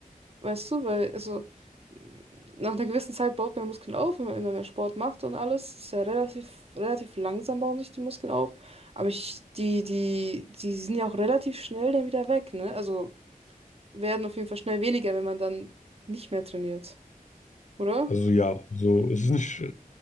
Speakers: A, on the right; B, on the left.
A: Weißt du, weil, also, m, nach einer gewissen Zeit baut man Muskeln auf, wenn man immer mehr Sport macht und alles. Ist ja relativ, relativ langsam bauen sich die Muskeln auf. Aber ich, die, die, die sind ja auch relativ schnell dann wieder weg, ne? Also werden auf jeden Fall schnell weniger, wenn man dann nicht mehr trainiert, oder?
B: Also ja, also es ist nicht